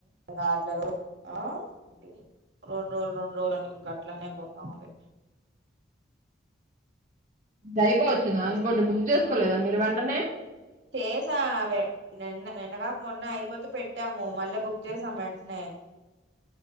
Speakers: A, on the right; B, on the right.
A: ఇంకా అట్ల రోజు ఆ ఏంటి రెండురోజులు రోజులన్నీ ఇంకట్లనే పోతావుంది
B: అది అయిపోవచ్చిందా
A: ఏం చేస్తా
B: ఇంకోటి బుక్ చేసుకోలేదా మీరు వెంటనే
A: చేసా నిన్న నిన్నగాక మొన్న అయిపోతే పెట్టాము మళ్ళా బుక్ ఇచ్చేశాం వెంటనే